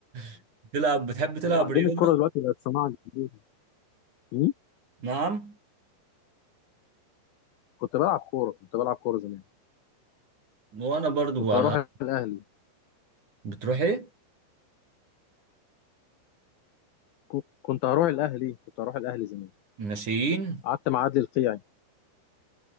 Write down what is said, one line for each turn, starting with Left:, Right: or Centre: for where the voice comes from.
Right: <laughs> تلعب بتحب تلعب
Left: وبعدين
Right: رياضه
Left: الكوره دلوقتي بقت صناعه جديده مم؟
Right: نعم
Left: كنت بلعب كوره كنت بلعب كوره زمان
Right: وانا برضو
Left: كنت هروح
Right: انا
Left: الاهلي
Right: بتروح ايه
Left: كو- كنت هروح الاهلي كنت هروح الاهلي زمان
Right: ناشئين
Left: قعدت مع عدلي القيعي